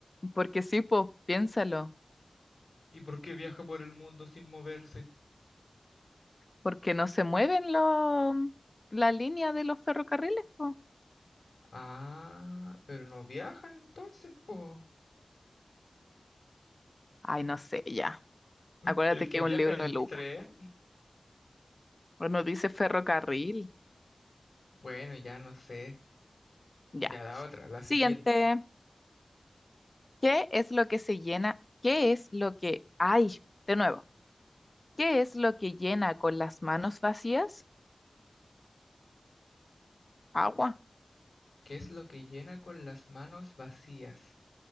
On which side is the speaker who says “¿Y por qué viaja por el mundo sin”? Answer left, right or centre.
Left